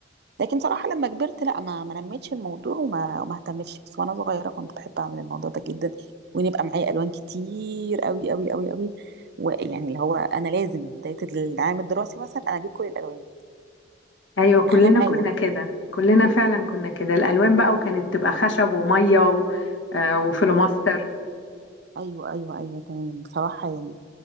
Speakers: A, on the right; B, on the left.
A: لكن صراحه لما كبرت لا ما ما نميتش الموضوع وما وما اهتمتش بس وانا صغيره كنت بحب اعمل الموضوع ده جدا ونبقى معايا الوان كتير قوي قوي قوي قوي ويعني اللي هو انا لازم بدايه العام الدراسي مثلا انا اجيب كل الالوان
B: ايوه كلنا
A: خليها معايا
B: كنا كده كلنا فعلا كنا كده الالوان بقى وكانت تبقى خشب وميه و... آه، وفلوماستر
A: ايوه ايوه ايوه تمام بصراحه يعني